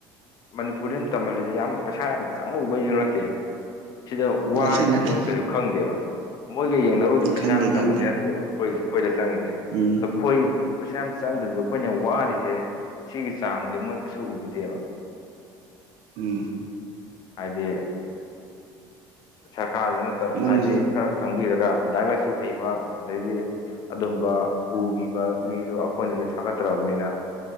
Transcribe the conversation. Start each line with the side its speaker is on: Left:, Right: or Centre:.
Left: ꯃꯅꯤꯄꯨꯔꯗ ꯑꯗꯨꯝ ꯇꯝꯍꯜꯂꯤꯁꯦ ꯌꯥꯝ ꯄꯩꯁꯥ ꯌꯥꯝ ꯆꯪꯉꯨꯕꯩꯁꯨ ꯅꯠꯇꯦ ꯁꯤꯗ ꯋꯥꯔꯤꯁꯦ
Right: ꯅꯠꯇꯦ ꯅꯠꯇꯦ
Left: ꯃꯣꯏꯅ ꯀꯩꯁꯨ ꯈꯪꯗꯦꯕ ꯃꯣꯏꯒ ꯌꯦꯡꯅꯔꯨꯗꯤ ꯄꯩꯁꯥ
Right: ꯈꯪꯗꯦ
Left: ꯌꯥꯝ ꯆꯪꯕ
Right: ꯈꯪꯗꯦ
Left: ꯅꯠꯇꯦ ꯕ ꯑꯩꯈꯣꯏ ꯑꯩꯈꯣꯏꯗ ꯆꯪꯉꯤꯁꯦ
Right: ꯎꯝ
Left: ꯑꯣ ꯑꯩꯈꯣꯏ ꯄꯩꯁꯥ ꯌꯥꯝ ꯆꯪꯗꯕꯤꯗ ꯑꯩꯈꯣꯏꯅ ꯋꯥꯔꯤꯁꯦ ꯁꯤꯒꯤ ꯆꯥꯡꯁꯦ ꯃꯣꯏ ꯀꯩꯁꯨ ꯎꯕꯤꯗꯦꯕ
Right: ꯎꯝ
Left: ꯍꯥꯏꯗꯤ ꯁꯔꯀꯥꯔꯁꯤꯅ ꯇꯧ
Right: ꯅꯪꯁꯨ
Left: ꯍꯥꯏꯗꯤ ꯈꯔ ꯈꯪꯕꯤꯔꯒ ꯂꯥꯏꯔꯤꯛ ꯂꯥꯏꯁꯨ ꯍꯩꯕ ꯑꯗꯩꯗꯤ ꯑꯗꯨꯝꯕ ꯎꯕꯤꯕ ꯃꯤꯗꯣ ꯑꯩꯈꯣꯏꯅꯁꯨ ꯊꯥꯒꯠꯇ꯭ꯔꯕꯅꯤꯅ